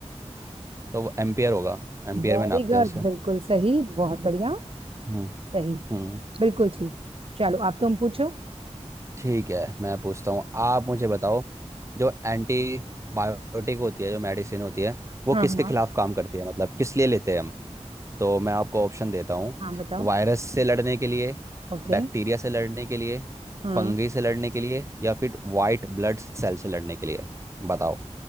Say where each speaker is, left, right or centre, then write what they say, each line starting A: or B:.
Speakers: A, on the right; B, on the right.
A: तो वो एम्पियर होगा एम्पियर
B: वेरी
A: में नापते
B: गुड
A: हैं उसे
B: बिल्कुल सही बहुत बढ़िया
A: हम्म
B: सही
A: हम्म
B: बिल्कुल ठीक चलो आप तुम पूछो
A: ठीक है मैं पूछता हूँ आप मुझे बताओ जो एंटी बायोटिक होती है जो मेडिसिन होती है वो
B: हाँ
A: किसके
B: हाँ
A: खिलाफ काम करती है मतलब किस लिए लेते हैं हम तो मैं आपको ऑप्शन देता हूँ
B: हाँ बताओ
A: वायरस से लड़ने के लिए
B: ओके
A: बैक्टीरिया से लड़ने के लिए
B: हाँ
A: फंगी से लड़ने के लिए या फिर वाइट ब्लड सेल से लड़ने के लिए बताओ